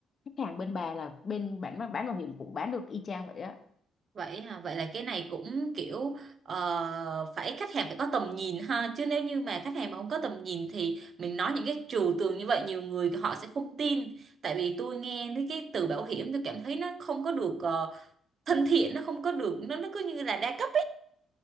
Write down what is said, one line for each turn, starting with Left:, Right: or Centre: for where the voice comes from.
Left: khách hàng bên bà là bên bán bán bảo hiểm cũng bán được y chang vậy á
Right: Vậy hả? Vậy là cái này cũng kiểu ờ, phải khách hàng phải có tầm nhìn ha chứ nếu như mà khách hàng mà không có tầm nhìn thì mình nói những cái trừu tượng như vậy nhiều người họ sẽ không tin tại vì tôi nghe thấy cái từ bảo hiểm tôi cảm thấy nó không có được ờ, thân thiện nó không có được nó nó cứ như là đa cấp